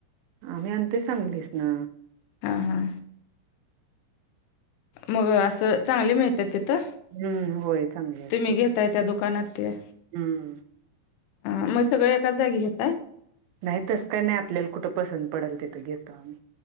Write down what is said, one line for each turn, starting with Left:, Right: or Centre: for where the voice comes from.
Right: आम्ही आणतो सांगलीसन.
Left: हा हा. मग असं चांगले मिळत्यात तिथं
Right: हम्म, होय चांगले असते.
Left: तुम्ही घेताय त्या दु कानातं त्या.
Right: हम्म.
Left: ह मग सगळ एकाच जागी घेताय.
Right: नाही तस काय नाही आपल्याला कुठं पसंत पडेल तिथं घेतो आम्ही.